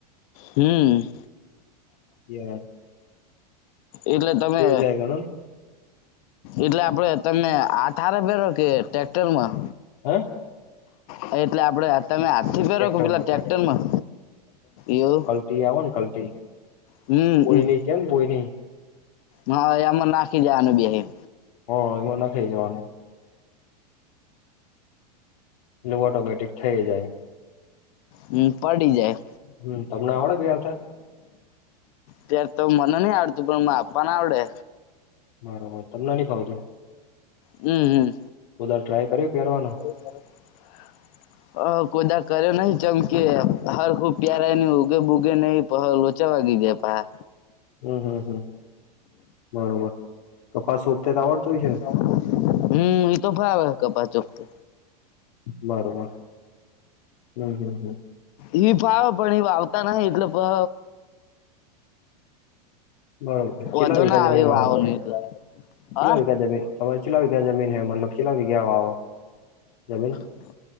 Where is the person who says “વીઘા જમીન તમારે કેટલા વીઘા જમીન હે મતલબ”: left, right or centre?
Left